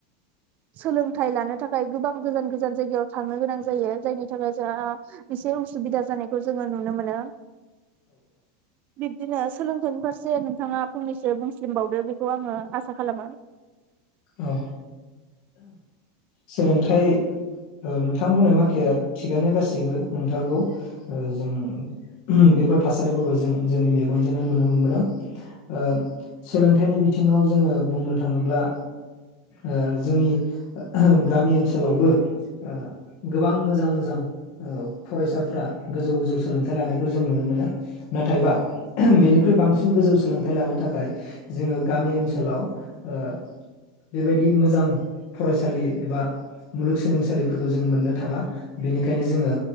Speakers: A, on the right; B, on the left.
A: सोलोंथाइ लानो थाख खाय गोबां गोजान गोजा जान जायगायाव थांनो गोनां जायो जायनि थाखाय एसे उसुबिदा जानायखौ जोङो नुनो मोनो बि दिनो सोलोंथाइनि फारसे नोंथाङा फंनैसो बुंसलिमबावदो बेखौ आङो आसा खालामो
B: औ सोलोंथाइ ओ नोंथां बुंनाय माखाया थिगानो गासैबो नंथारगौ ओ जों बेफोर थासारिफोरखौ जों जोंनि मेगनजोंनो नुनो मोनबोदों ओ सोलोंथाइनि बिथिङाव जोङो बुंनो थाङोब्ला ओ जोंनि गामि ओनसोलावबो ओ गोबां मोजां मोजां फरायसाफोरा गोजौ गोजौ सोलोंथाइ लानायखौ जों नुनो मोनो नाथायबा बेनिख्रुइ बांसिन गोजौ सोलोंथाइ लानो थाखाय जोङो गामि ओनसोलाव ओ बेबायदि मोजां फरायसालि एबा मुलुगसोलोंसालिफोरखौ जों मोननो थाङा बेनिखायनो जोङो